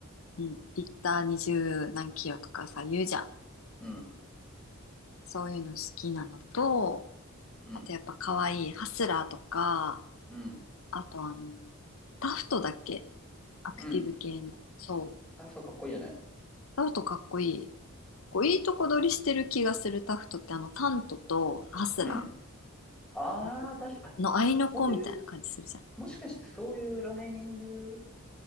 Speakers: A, on the left (about 65°); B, in the centre.
A: うん。リッター20何キロとかさ、言うじゃん。
B: うん、
A: そういうの好きなのと、
B: うん、
A: あとやっぱ可愛いハスラーとか、
B: うん、
A: あとあの、タフトだっけアクティブ系の。
B: うん。
A: そう。
B: ラフトかっこいいよね。
A: タフトかっこいい。こういいとこ取りしてる気がするタフトってあのタントとハスラー。
B: うん。ああ、
A: おこの合いの子みたいな感じするじゃん。
B: だしあ、そういう、もしかしてそういう裏ネーミング